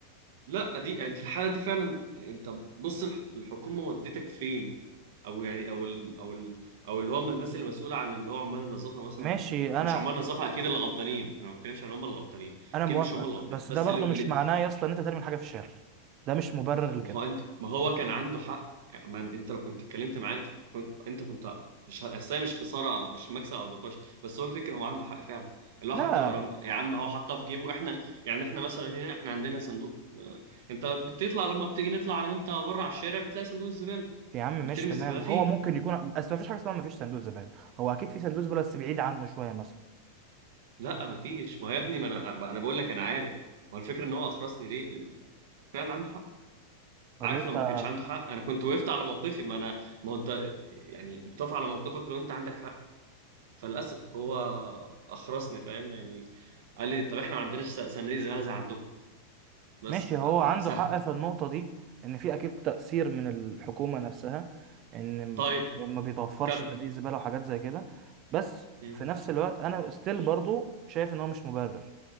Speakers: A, on the right; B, on the right.
A: لا دي يعني في الحاله دي فعلا انت بص الح- الحكومه ودتك فين او يعني او ال... او ال... او اللي هم الناس المسؤوله عن اللي هو عمال النظافه مثلا
B: ماشي
A: يعني
B: انا
A: مش عمال النظافه اكيد اللي غلطانين انا ما بتكلمش عن هم اللي غلطانين
B: انا
A: اكيد
B: موافقك
A: مش هم اللي غلطانين
B: بس
A: بس
B: ده برضه
A: اللي,
B: مش معناه يا اسطى ان انت ترمي الحاجه في الشارع ده مش مبرر لكده
A: ما هو انت ما هو كان عنده حق يعني ما انت لو كنت اتكلمت معاه انت كنت انت كنت مش ه- اصل هي مش خساره مش مكسب او نقاش بس هو الفكره هو عنده حق فعلا اللي
B: لا
A: هو حتى لو رم... يا عم هو حطها في جيبه احنا يعني احنا مثلا هنا احنا عندنا صندوق اه، انت بتطلع لما بتيجي نطلع انا وانت بره على الشارع بتلاقي صندوق الزباله
B: يا عم
A: بترمي
B: ماشي تمام
A: الزباله فيه
B: هو ممكن يكون بس ما فيش حاجه اسمها ما فيش صندوق زباله هو اكيد في صندوق زباله بس بعيد عنه شويه مثلا
A: لا ما فيش ما هو يا ابني ما انا ما انا بقول لك انا عارف ما هو الفكره ان هو اخرسني ليه لأن فعلا عنده حق
B: طب
A: عارف
B: يا اسطى
A: لو ما كانش عنده حق انا كنت وقفت على موقفي ما انا ما هو انت يعني بتقف على موقفك لو انت عندك حق فللاسف هو اخرسني فاهم يعني قال لي طب احنا ما عندناش س- صناديق زباله زي عندكم بس
B: ماشي هو عنده
A: سهل
B: حق في النقطه دي ان في اكيد تاثير من الحكومه نفسها ان
A: طيب
B: ما بيتوفرش
A: كمل
B: صناديق زباله وحاجات زي كده بس
A: مم.
B: في نفس الوقت انا ستيل برضه شايف ان هو مش مبرر